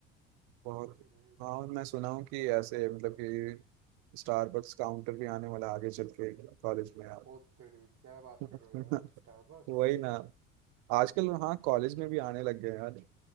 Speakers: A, on the right; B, on the right.
A: बहुत
B: वही वही
A: हाँ
B: वही
A: मैं सुना हूँ कि ऐसे मतलब कि स्टारबक्स काउंटर भी आने वाला है आगे चल के कॉलेज में यार
B: ओ तेरी क्या बात कर
A: <laughs>
B: रहे हो यार स्टारबक्स
A: वही ना आजकल हाँ कॉलेज में भी आने लग गए हैं यार